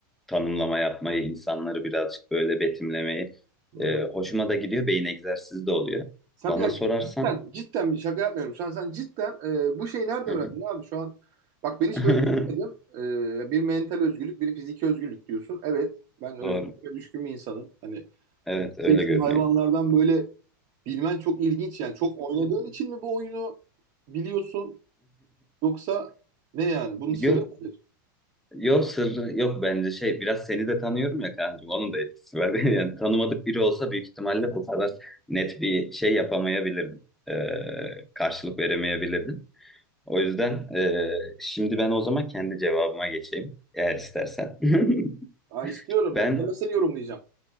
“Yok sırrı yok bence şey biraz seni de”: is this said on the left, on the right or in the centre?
Centre